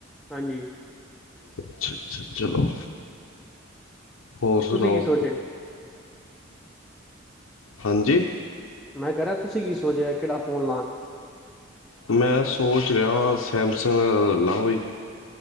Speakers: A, in the centre; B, on the left.
A: ਹਾਂਜੀ।
B: ਅੱਛਾ-ਅੱਛਾ, ਚਲੋ, ਹੋਰ ਸੁਣਾਓ?
A: ਤੁਸੀਂ ਕੀ ਸੋਚਿਆ
B: ਹਾਂਜੀ?
A: ਮੈਂ ਕੇਹ ਰੇਆ, ਤੁਸੀਂ ਕੀ ਸੋਚਯਾ ਏ? ਕੇੜਾ ਫੋਨ ਲਾ?
B: ਮੈਂ ਸੋਚ ਰੇਆ ਵਾਂ ਸੈਮਸੰਗ <unintelligible> ਲ ਲਾ ਕੋਈ।